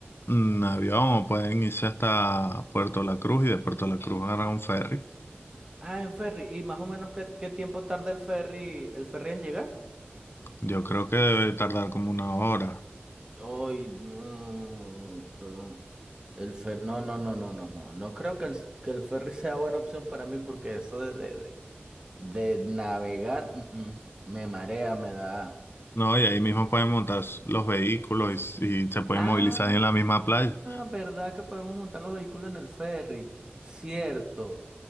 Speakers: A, on the left (about 70°); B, on the right (about 20°).
A: en avión o pueden irse hasta Puerto La Cruz y de Puerto La Cruz agarrar un ferry.
B: Ah, en ferry. ¿Y más o menos qué, qué tiempo tarda el ferry, el ferry en llegar?
A: Yo creo que debe tardar como una hora.
B: Ay, no. pero El fer no, no, no, no, no, no. No creo que el, que el ferry sea buena opción para mí porque eso de, de, de, de navegar mm, mm, me marea, me da.
A: No, y ahí mismo pueden montar los vehículos y, y se pueden
B: Ah,
A: movilizar en la misma playa.
B: ¿verdad que podemos montar los vehículos en el ferry? Cierto.